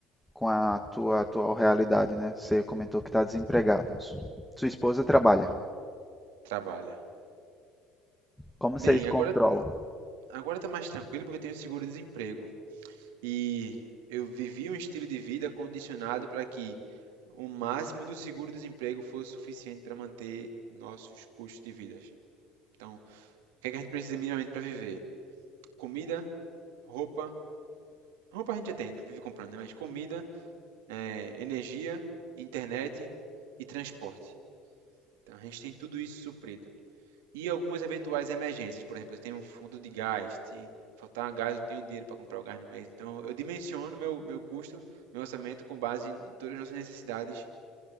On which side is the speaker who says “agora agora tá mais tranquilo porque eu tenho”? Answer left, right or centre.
Right